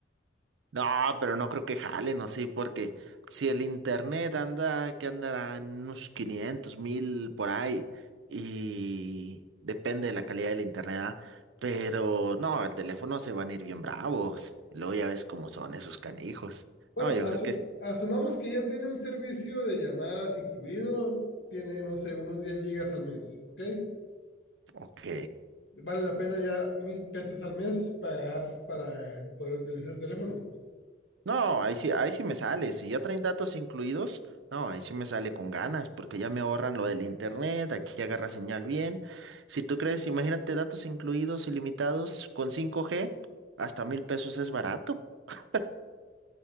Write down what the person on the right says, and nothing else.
No, pero no creo que jalen así, porque si el internet anda, que andará en unos quinientos mil por ahí, y depende de la calidad del internet, ¿ah? Pero no, el teléfono se van a ir bien bravos. Y Luego ya ves cómo son esos canijos.
No, yo
creo que es
ok.
No, ahí sí, ahí sí me sale. Si ya traen datos incluidos, no, ahí sí me sale con ganas, porque ya me ahorran lo del internet, aquí agarra señal bien. Si tú crees, imagínate datos incluidos ilimitados con 5G, hasta mil pesos es barato. <laughs>